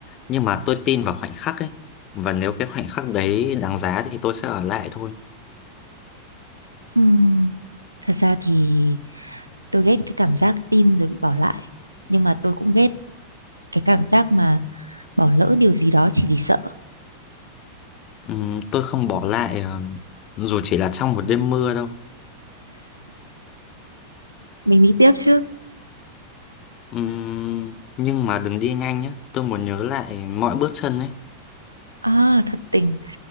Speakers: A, on the left (about 35°); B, on the right (about 85°).
A: Nhưng mà tôi tin vào khoảnh khắc ấy. Và nếu cái khoảnh khắc đấy đáng giá thì tôi sẽ ở lại thôi.
B: Hmm, thật ra thì tôi ghét cái cảm giác tin rồi bị bỏ lại. Nhưng mà tôi cũng ghét cái cảm giác mà bỏ lỡ điều gì đó chỉ vì sợ.
A: Ừm, tôi không bỏ lại ờ, dù chỉ là trong một đêm mưa đâu.
B: Mình đi tiếp chứ?
A: Ừm, nhưng mà đừng đi nhanh nhé. Tôi muốn nhớ lại mọi bước chân ấy.
B: À, thật tình.